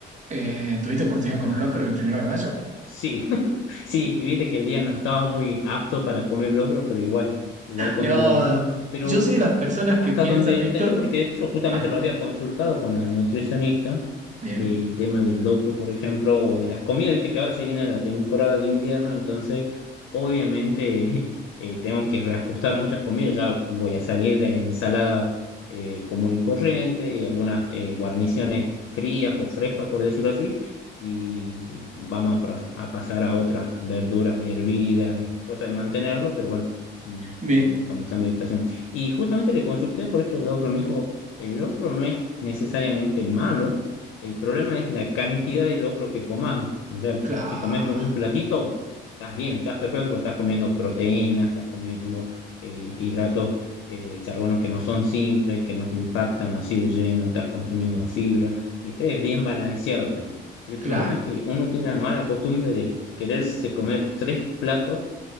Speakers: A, on the right (about 40°); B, on the left (about 85°).
A: Eh, ¿tuviste oportunidad
B: claro,
A: de comer locro el primero de mayo?
B: sí, <laughs> sí, y viste que el día no estaba muy apto para comer locro, pero igual, igual comí
A: No,
B: locro, pero
A: yo soy de las personas
B: Hasta
A: que piensan,
B: donde
A: Víctor.
B: entendí, porque eso justamente
A: Ah,
B: lo había consultado con la nutricionista,
A: bien.
B: el tema del locro, por ejemplo, o de las comidas, viste que ahora se viene la temporada de invierno, entonces obviamente <laughs> eh, tengo que reajustar muchas comidas, ya voy a salir de la ensalada eh, común y corriente y algunas eh, guarniciones frías o frescas, por decirlo así, y vamos a, pas- a pasar a otras verduras hervidas y cosas de mantenerlo, pero bueno, mm,
A: Me-
B: con con el cambio de estación. Y justamente le consulté por esto del locro. Me dijo, el locro no es necesariamente malo, el problema es la cantidad de locro que comas. O sea,
A: claro,
B: si comes un platito, estás bien, estás perfecto, porque estás comiendo proteínas, estás comiendo eh, hidratos eh, de carbonos que no son simples, que no te impactan así de lleno, estás consumiendo fibra, ¿viste? Es bien balanceado, digamos. El
A: claro.
B: problema es que uno tiene la mala costumbre de quererse comer tres platos,